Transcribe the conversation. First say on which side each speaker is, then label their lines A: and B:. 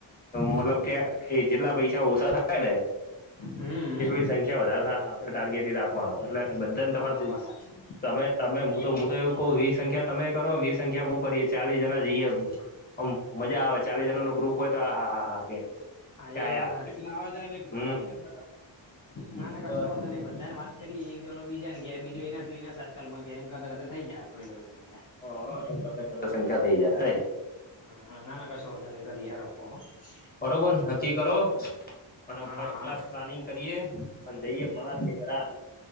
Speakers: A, on the left; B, on the left.
A: મતલબ. કે એ જેટલા પૈસા ઓછા થાય ને.
B: હમ હમ
A: એટલી સંખ્યા વધારે થાય આપણે ટાર્ગેટ રાખવાનો એટલે બધાને
B: હા
A: તમાર.
B: વાત હાચી
A: તમે તમે તો હું તો એવું કહુ વી સંખ્યા તમે કરો વી સંખ્યા મુ. ચાલીસ જણા જઈએ આમ મજા આવે ચાલીસ જણા નો ગ્રુપ હોય તો હા હા હા હા કે.
B: હા
A: કયા
B: એ વાત હાચી
A: એક નાવા જાય.
B: ના ના કશું
A: જાય
B: વધું નઈ બધા ને વાત. કરી એક જણો બીજાને કેયા બીજો એના એના સર્કલમાં કે એમ કરતાં કરતા થઈ જાય થોડી થોડી સંખ્યા.
A: હ એમ કરતાં ને કરત સંખ્યા થઈ જાય.
B: હમ ના ના કશું હોધ નને ગરી હેડો. હ હ.
A: બરોબર નક્કી કરો અને
B: હા
A: ફસ્ટ ક્લાસ પ્લાનિંગ કરીએ. મા <unintelligible> કેરાલ.